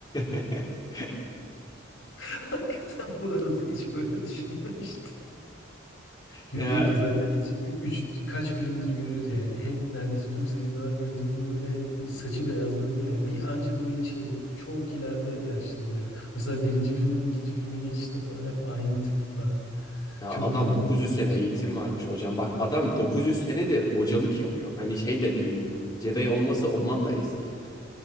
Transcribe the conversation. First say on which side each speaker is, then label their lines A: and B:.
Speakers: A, on the left; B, on the left.
A: <laughs>
B: <laughs> Hakikaten bu arada hiç böyle düşünmemiştim. Yoda
A: Ya,
B: da zaten hiç üç kaç filmdir görüyoruz yani hep neredeyse tüm seriler Yoda'nın böyle hani saçı beyazlamıyor ya. Bir anca böyle şey çok ileride yaşlanıyor. Mesela birinci filmden ikinci filme geçişte falan hep aynı tip falan.
A: ya
B: Çok
A: adam
B: komik
A: 900
B: onları yaşamış.
A: sene eğitim varmış hocam. Bak adam 900 senedir hocalık yapıyor. Hani şey de değil. Jedi olması ondan da eski.